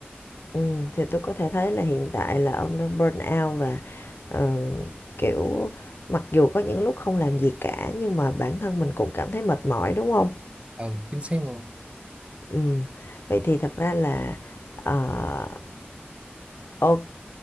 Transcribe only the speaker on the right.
ừ chính xác luôn